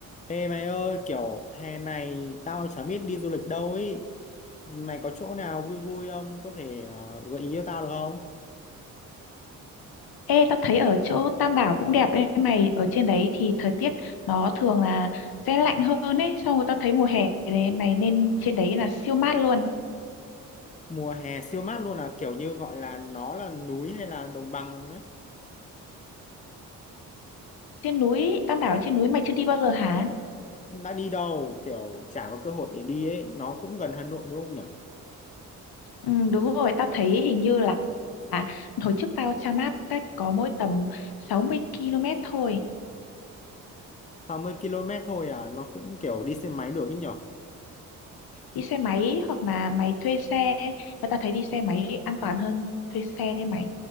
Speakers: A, on the left; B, on the left.
A: Ê mày ơi, kiểu hè này tao chả biết đi du lịch đâu ấy. Mày có chỗ nào vui vui không? Có thể ờ, gợi ý cho tao được không?
B: Ê, tao thấy ở chỗ Tam Đảo cũng đẹp đấy mày. Ở trên đấy thì thời tiết nó thường là sẽ lạnh hơn ấy. Xong rồi tao thấy mùa hè này, này nên trên đấy là siêu mát luôn.
A: Mùa hè siêu mát luôn à, kiểu như gọi là nó là núi hay là đồng bằng ấy.
B: Trên núi, Tam Đảo trên núi mày chưa đi bao giờ hả?
A: Đã đi đâu, kiểu chả có cơ hội để đi ấy. Nó cũng gần Hà Nội đúng không nhỉ?
B: Ừ, đúng rồi, tao thấy hình như là à, hồi trước tao tra map cách có mỗi tầm 60 km thôi.
A: 60 km thôi à, nó cũng kiểu đi xe máy được ấy nhỉ?
B: Đi xe máy hoặc là mày thuê xe. Và tao thấy đi xe máy an toàn hơn thuê xe đấy mày.